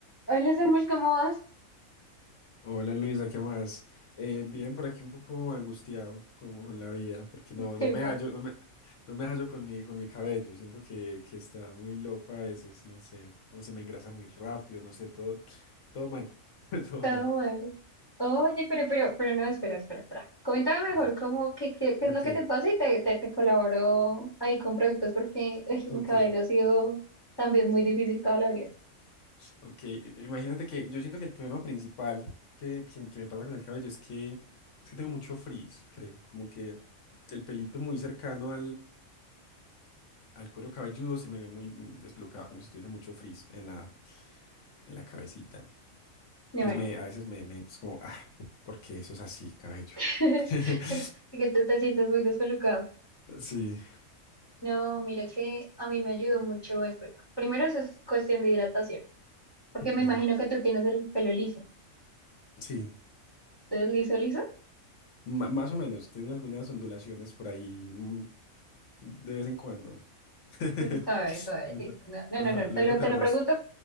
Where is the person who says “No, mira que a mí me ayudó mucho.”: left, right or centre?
Left